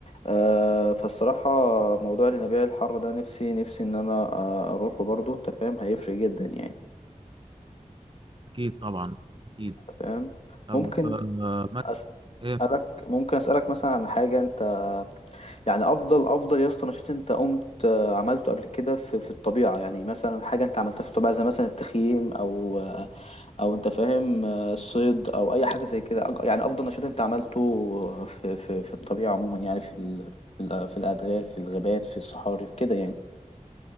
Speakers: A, on the left (about 50°); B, on the right (about 40°).
A: آه فالصراحة موضوع الينابيع الحارة ده نفسي نفسي ان انا آه، اروحه برضو انت فاهم هيفرق جدا يعني
B: اكيد طبعا اكيد
A: انت فاهم
B: طب
A: ممكن
B: آه، مثلا
A: أسألك
B: ايه
A: ممكن أسألك مثلا عن حاجة انت يعني افضل افضل يا اسطى نشاط انت قمت آه، عملته قبل كده في في الطبيعه يعني مثلا حاجه انت عملتها في الطبيعه زي مثلا التخييم او آه، او انت فاهم آه، الصيد او اي حاجه زي كده أج- يعني افضل نشاط انت عملته في في في الطبيعه عموما يعني في ال- في ال- في الادغال في الغابات في الصحاري كده يعني